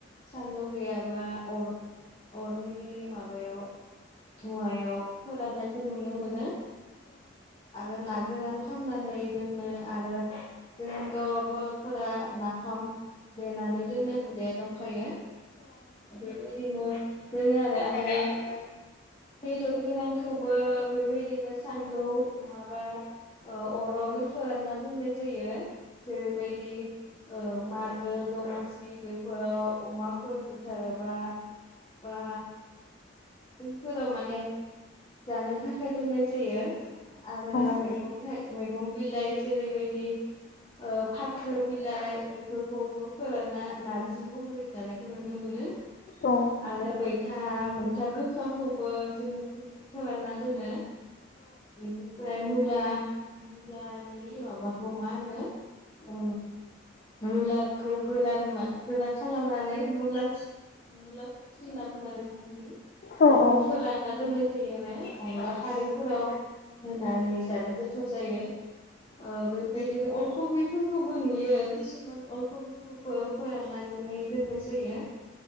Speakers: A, on the left (about 25°); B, on the left (about 50°).
A: सान्दौ गैयाबा अर अरनि माबायाव धुवायाव फोराननायखौ नुनो मोनो आरो नाग गोरान खालामनानै दोनो आरो जोंथ बरफोरा नाफाम देनानै दोननाय हुदाया दंखायो बेबायदिनो दोनो आरो आरो
B: आरो
A: बेदर गोरानखौबो बेबायदिनो सान्दुं नङाबा औ अरावनो फोरानना दोननाय जायो जेरैबायदि दि ओ मागो दमासि बेफोराव अमाफोर बुथारोबा बा उनफोराव माने जानो थाखाय दोननाय जायो आरो
B: औ
A: मेगं थाइ मेगं बिलाइ जेरैबायदि ओ फाथो बिलाइ बेफोरखौबो फोरानना नारजि महरै जानायखौ नुनो मोनो
B: औ
A: आरो मैथा मैथा गोखाखौबो जोंनिथिं फोरानना दोनो बेनिफ्राय मुला मुलानि माबाखौ मा होनो ओ मुलाखौ गोरान मा गोरान खालामनानै मुला मुला खुथि होनना बुङो आरो जोंनिखि
B: औ
A: बेखौ
B: औ
A: फोरानना दोननाय जायो आरो
B: बिदि
A: अनला खारैफोराव होनो जानो गोथाव जायो ओ बेबायदिनो अललकबि फोरखौबो नुयो किसुमान अल कबिखौबो फोराननानै दोननाय जायो